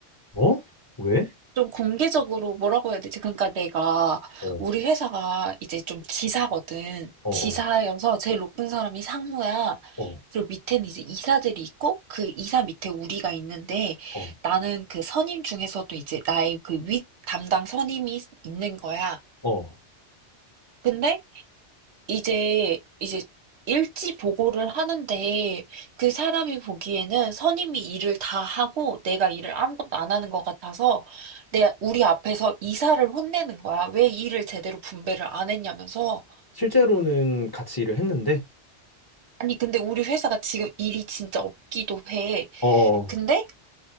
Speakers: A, on the left; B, on the right.
A: 어? 왜?
B: 좀 공개적으로 뭐라고 해야 되지? 그러니까 내가,
A: 어,
B: 우리 회사가 이제 좀 지사거든.
A: 어,
B: 지사여서
A: 어,
B: 제일 높은 사람이 상무야.
A: 어,
B: 그리고 밑에는 이제 이사들이 있고, 그 이사 밑에 우리가 있는데,
A: 어,
B: 나는 그 선임 중에서도 이제 나의 그 윗 담당 선임이 있는 거야.
A: 어.
B: 근데 이제 이제 일지 보고를 하는데 그 사람이 보기에는 선임이 일을 다 하고 내가 일을 아무것도 안 하는 것 같아서 내 우리 앞에서 이사를 혼내는 거야. 왜 일을 제대로 분배를 안 했냐면서.
A: 실제로는 같이 일을 했는데,
B: 아니 근데 우리 회사가 지금 일이 진짜 없기도 해.
A: 어.
B: 근데